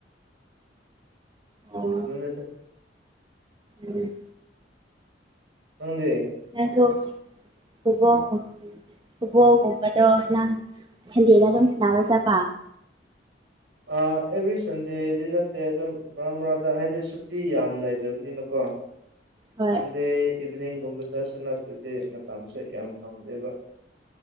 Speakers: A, on the right; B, on the right.
A: ꯑꯣ
B: ꯑꯗꯨꯅꯦꯗ꯫
A: ꯎꯝ
B: ꯅꯪꯗꯤ?
A: ꯑꯩꯁꯨ ꯐꯨꯠꯕꯣꯜꯒꯨꯝ ꯐꯨꯠꯕꯣꯜꯒꯨꯝꯕꯗꯣ ꯅꯪ ꯁꯟꯗꯦꯗ ꯑꯗꯨꯝ ꯁꯥꯟꯅꯕ ꯆꯠꯄ?
B: ꯑꯥ ꯑꯦꯕ꯭ꯔꯤ ꯁꯟꯗꯦꯗꯤ ꯅꯠꯇꯦ ꯑꯗꯨꯝ, ꯃꯔꯛ ꯃꯔꯛꯇ ꯍꯥꯏꯗꯤ ꯁꯨꯇꯤ ꯌꯥꯝ ꯂꯩꯇꯕꯅꯤꯅꯀꯣ꯫
A: ꯍꯣꯏ
B: ꯁꯟꯗꯦ ꯏꯚꯤꯅꯤꯡꯒꯨꯝꯕꯗ ꯁꯥꯟꯅꯗ꯭ꯔꯗꯤ ꯃꯇꯝꯁꯦ ꯌꯥꯝ ꯐꯪꯗꯦꯕ꯫